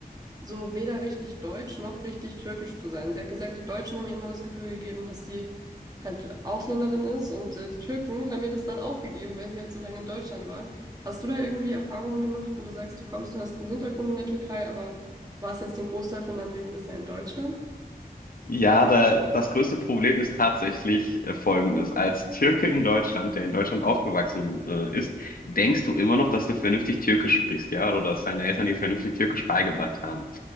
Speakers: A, on the right; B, on the left.
A: so weder richtig deutsch noch richtig türkisch zu sein. Sie hat gesagt, die Deutschen haben ihr immer das Gefühl gegeben, dass sie halt Ausländerin ist und äh, die Türken haben ihr das dann auch gegeben, weil sie halt so lange in Deutschland war. Hast du da irgendwie Erfahrungen gemacht, wenn du sagst, du kommst, du hast einen Hintergrund in der Türkei, aber warst jetzt den Großteil von deinem Leben bisher in Deutschland?
B: Ja, da, das größte Problem ist tatsächlich äh, folgendes. Als Türke in Deutschland, der in Deutschland aufgewachsen äh, ist, denkst du immer noch, dass du vernünftig Türkisch sprichst, ja, oder dass deine Eltern dir vernünftig Türkisch beigebracht haben.